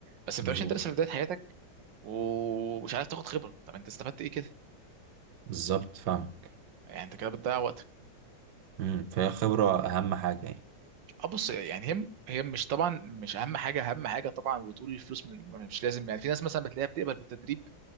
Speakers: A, on the right; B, on the right.
A: بس ما
B: مظبوط
A: بتبقاش انت لسه في بدايه حياتك ومش عارف تاخد خبره طب انت استفدت ايه كده
B: بالظبط فاهمك
A: يعني انت كده بتضيع وقتك
B: امم فهي خبرة اهم حاجة يعني
A: اه بص يعني هم هي مش طبعا مش اهم حاجه اهم حاجه طبعا وتقول الفلوس م- مش لازم يعني في ناس مثلا بتلاقيها بتقبل بالتدريب